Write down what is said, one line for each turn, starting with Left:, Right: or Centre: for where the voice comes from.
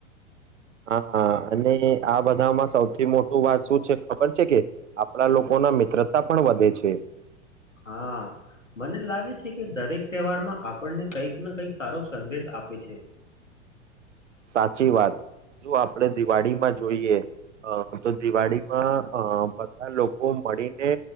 Right: હા અને આ બધામાં સૌથી મોટું વાત શું છે ખબર છે કે? આપણા લોકોના મિત્રતા પણ વધે છે.
Left: હા, મને લાગે છે કે દરેક તહેવારમાં આપણને કંઈક ને કંઈક સારો સંદેશ આપે છે.
Right: સાચી વાત, જો આપડે દિવાળીમાં જોઈએ. અ તો દિવાળીમાં અ બધા લોકો મળીને